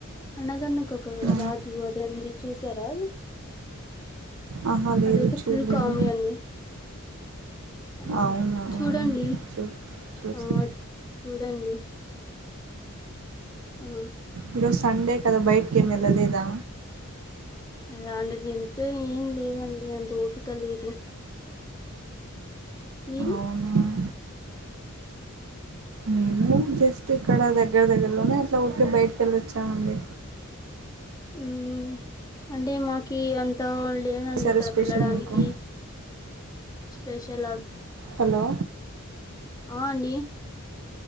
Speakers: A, on the left (about 15°); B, on the right (about 70°).
A: అనగనగ ఒక
B: ఆ,
A: రాజు అదేంది చూసారా అది
B: ఆహా లేదు
A: అదయితే
B: చూడలేదు
A: ఫుల్ కామెడీ అండి ఆ
B: అవునా
A: చూడండి
B: చూ చూస్తా
A: ఆ చూడండి ఆ
B: ఈ రోజు సండే కదా బయటికి ఏం వెళ్ళలేదా
A: ఇగ అండి తింటే ఏం లేదండి అంత ఓపిక లేదు మీరు
B: అవునా మేము జస్ట్ ఇక్కడ దగ్గర దగ్గరలోనే అట్లా ఉర్కె బయటకెళ్ళొచ్చామండి
A: ఉమ్ అంటే మాకి అంతా ఉ లేనండి
B: చేశారు
A: ఇక్కడ
B: స్పెషల్
A: పిళ్లడానికి
B: మీకు
A: స్పెషల్ ఆబ్
B: హలో
A: ఆ అండి